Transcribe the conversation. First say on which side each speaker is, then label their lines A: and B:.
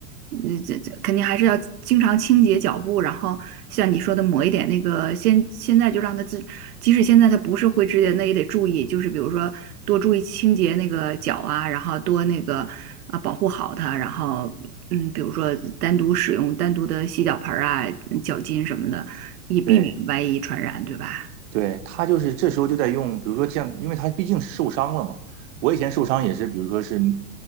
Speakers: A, on the right; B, on the right.
A: 嗯，这这肯定还是要经常清洁脚部，然后像你说的抹一点那个，现现在就让他自，即使现在他不是灰指甲，那也得注意，就是比如说多注意清洁那个脚啊，然后多那个啊保护好它，然后嗯，比如说单独使用单独的洗脚盆儿啊、嗯脚巾什么的，以避免外一传染，
B: 对，
A: 对吧？
B: 对，他就是这时候就在用，比如说这样，因为他毕竟受伤了嘛。我以前受伤也是，比如说是嗯